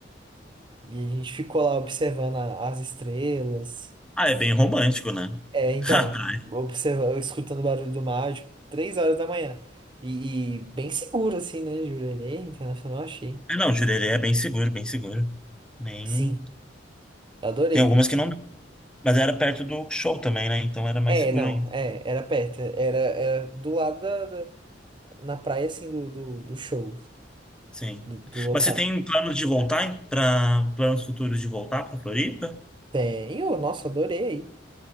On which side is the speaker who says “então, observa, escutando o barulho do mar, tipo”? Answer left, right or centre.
Right